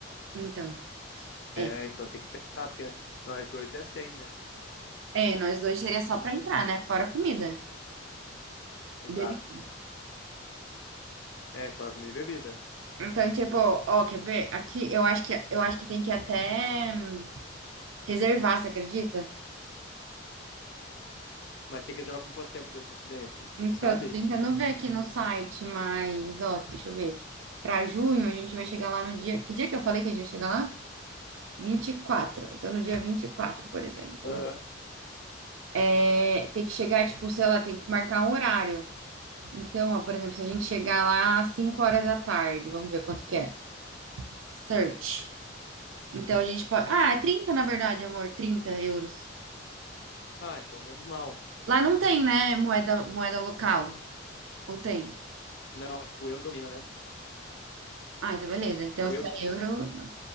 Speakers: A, on the right; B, on the left.
A: Então.
B: É,
A: é
B: então tem que pensar, porque nós dois é 100, né?
A: É, nós dois seria só pra entrar, né? Fora comida
B: Exato.
A: e bebida.
B: É, fora comida e bebida.
A: Então, tipo, ó, quer ver? Aqui eu acho que eu acho que tem que até hum, reservar, você acredita?
B: Mas tem que reservar com quanto tempo de antecedência?
A: Então,
B: Sabe?
A: eu tô tentando ver aqui no site, mas ó, deixa eu ver. Pra junho a gente vai chegar lá no dia. Que dia que eu falei que a gente vai chegar lá? vinte e quatro. Então, no dia 24, por exemplo.
B: Aham.
A: É, tem que chegar, tipo, sei lá, tem que marcar um horário. Então, ó, por exemplo, se a gente chegar lá às 5 horas da tarde, vamos ver quanto que é. Search. Então a gente pode. Ah, é 30 na verdade, amor, 30 euros.
B: Ah, então menos mal.
A: Lá não tem, né, moeda, moeda local? Ou tem?
B: Não, acho que o euro domina, né?
A: Ah, então beleza. Então
B: É o
A: se
B: euro que
A: é euro.